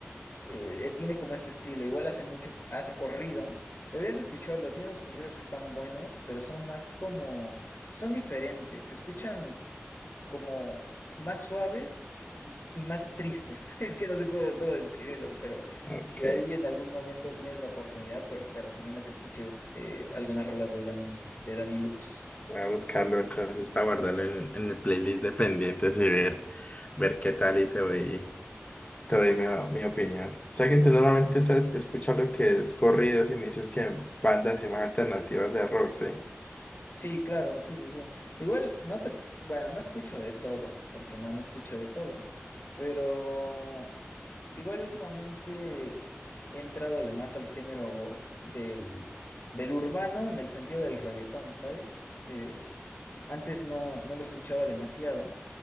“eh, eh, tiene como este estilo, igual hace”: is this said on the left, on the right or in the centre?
Left